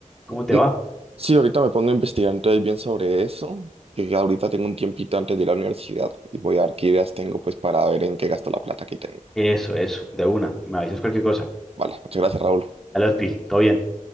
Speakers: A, in the centre; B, on the right (about 45°).
A: cómo
B: Mm,
A: te va.
B: Sí, ahorita me pongo a investigar entonces bien sobre eso, que ya ahorita tengo un tiempito antes de ir a la universidad y voy a ver qué ideas tengo pues para ver en qué gasto la plata que tengo.
A: Eso, eso, de una. Me avisas cualquier cosa.
B: Vale, muchas gracias, Raúl.
A: Dale, Pi, todo bien.